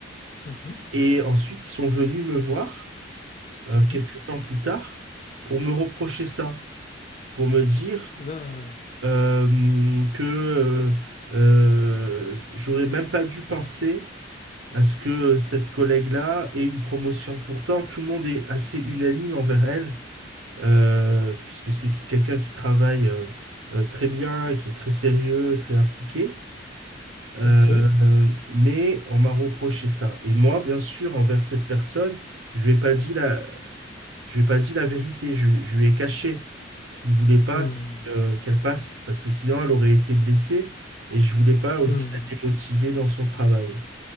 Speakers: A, on the left; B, on the right.
A: Mhm.
B: Et ensuite, ils sont venus me voir euh,
A: Mhm.
B: quelques temps plus tard pour me reprocher ça, pour me dire
A: Da-
B: euh, que euh, euh, j'aurais même pas dû penser à ce que cette collègue-là ait une promotion. Pourtant, tout le monde est assez unanime envers elle, euh, puisque c'est quelqu'un qui travaille euh, euh, très bien, qui est très sérieux, très impliqué. Euh,
A: OK.
B: mais on m'a reproché ça. Et moi, bien sûr, envers cette personne, je lui ai pas dit la, je lui ai pas dit la vérité. Je, je lui ai caché qu'il ne voulait pas
A: Hmm.
B: qu'il, euh, qu'elle passe, parce que sinon, elle aurait été blessée. Et je voulais pas aussi
A: Hmm.
B: la démotiver dans son travail.